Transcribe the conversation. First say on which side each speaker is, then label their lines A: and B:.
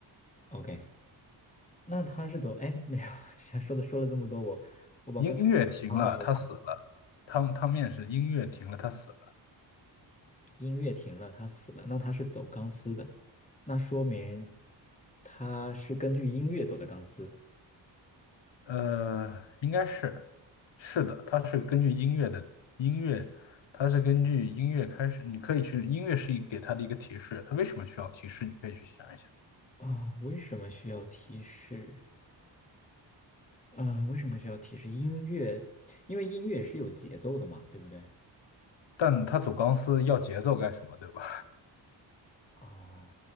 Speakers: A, on the left; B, on the left.
A: ？OK，那他是走哎，没有，<laughs> 说的说了这么多，我我把刚才方面也忘了。
B: 音乐停了，他死了。汤汤面是音乐停了，他死了。
A: 音乐停了，他死了，那他是走钢丝的，那说明他是根据音乐走的钢丝
B: 呃，应该是，是的，它是根据音乐的音乐，它是根据音乐开始。你可以去，音乐是一给他的一个提示，他为什么需要提示？你可以去想一想。
A: 啊？为什么需要提示？啊？为什么需要提示音乐？因为音乐是有节奏的嘛，对不对？
B: 但他走钢丝要节奏干什么，对吧？
A: 啊，